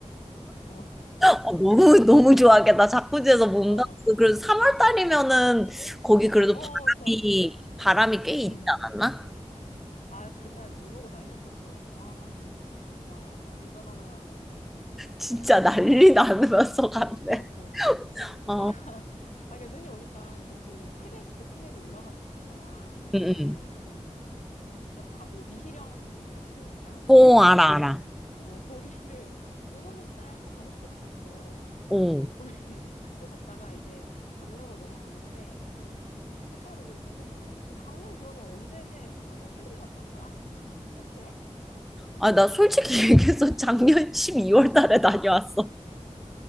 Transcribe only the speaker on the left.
어,
어,
어,
좋았어.
응.
아, 그날 눈 오고 난리 났었어. 아, 운, 진짜, 운전하느라고.
어, 어. 진짜
<laughs> 아 그러니까 눈이 오니까 또 그 태백 그 산맥 올라가고 싶은 거야. 그래서 거기도
좀 쓱 가보고 미시령 혹시 아니?
미시령?
어 <laughs> 거기를 눈 오는 날 한번 가고 싶어서 갔어.
거기 <laughs> 그걸 갔다가 이제 강릉으로 넘어갔는데 어 좀 색다르고 괜찮더라고. 그럼 강릉 그러면 언제 갔다 온 거야? 최근에 갔다 온 거야? 속초에?